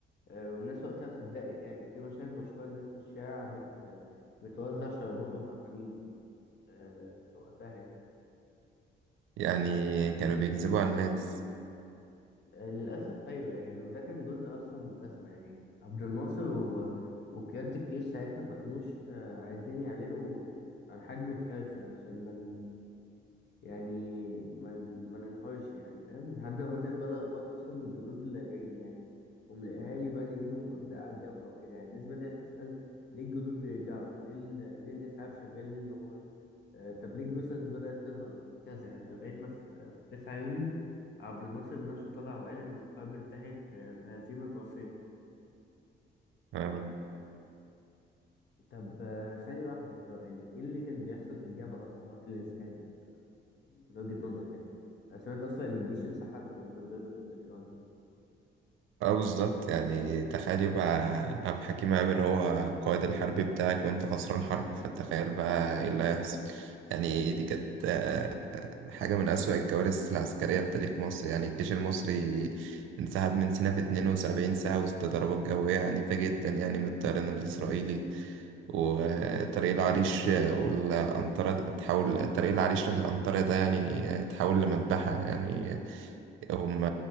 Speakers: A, on the left; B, on the right.
A: آه، والناس وقتها صدقت يعني وفي مشاهد مشهورة الناس في الشارع بت بتوزع شرابات وفرحانين آه، وقتها يعني.
B: يعني كانوا بيكذبوا على الناس
A: آه، للأسف أيوه يعني وده كان جزء أصلا من الأزمة يعني عبد الناصر و... وقيادة الجيش ساعتها ما كانوش آه، عايزين يعلنوا عن حجم الكارثة عشان ما يعني ما ن- ما ننهارش يعني فاهم لحد ما بدأت بقى الأخبار توصل من الجنود اللي راجعين يعني وملاقيهالي بقى ليهم أبناء على الجبهة وكده يعني الناس بدأت تسأل ليه الجنود بيرجعوا ليه ال- ليه الإسعاف شغال ليل نهار آه طب ليه الجثث بدأت تظهر كذا يعني لغاية ما في في 9 يوليو عبد الناصر بنفسه طلع وقال إن الحرب انتهت آه، بهزيمة قاسية
B: آه.
A: طب آه، ثانية واحدة كده بقى، يعني إيه اللي كان بيحصل في الجبهة أصلا وقت الانسحاب من وجهة نظرك يعني؟ أنا سمعت أصلا إن الجيش انسحب من غير خطة كده ولا حاجة
B: اه بالظبط يعني تخيل يبقى عبد الحكيم عامر هو القائد الحربي بتاعك وانت خسران حرب فتخيل بقى ايه اللي هيحصل يعني دي كانت آه، حاجة من أسوأ الكوارث العسكرية في تاريخ مصر يعني الجيش المصري انسحب من سيناء في 72 ساعة وسط ضربات جوية عنيفة جدا يعني من الطيران الإسرائيلي وطريق العريش والأنطرة تحول طريق العريش للأنطرة ده يعني تحول لمذبحة يعني هم